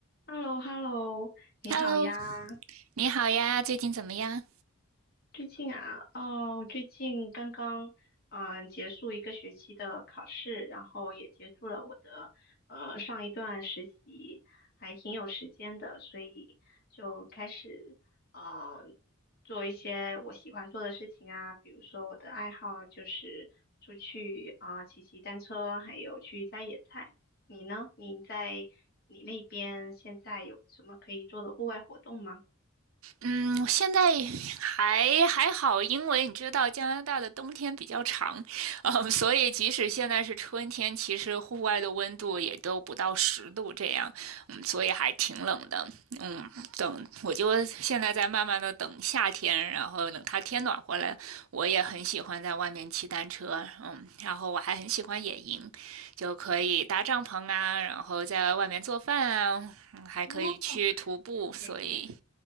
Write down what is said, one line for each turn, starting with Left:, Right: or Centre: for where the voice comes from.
Left: h e l l o h e l l o 你好呀。
Right: Hello，你好呀，最近怎么样？
Left: 最近啊，哦，最近刚刚嗯、结束一个学期的考试，然后也结束了我的呃上一段实习，还挺有时间的，所以就开始呃做一些我喜欢做的事情啊，比如说我的爱好就是出去啊、骑骑单车，还有去摘野菜。你呢？你在你那边现在有什么可以做的户外活动吗？
Right: 嗯，现在还还好，因为你知道加拿大的冬天比较长，嗯，所以即使现在是春天，其实户外的温度也都不到十度这样，嗯，所以还挺冷的。嗯，等我就现在在慢慢的等夏天，然后等它天暖和了，我也很喜欢在外面骑单车，嗯，然后我还很喜欢野营，就可以搭帐篷啊，然后在外面做饭啊，嗯还可以去徒步，
Left: 哦，野营
Right: 所以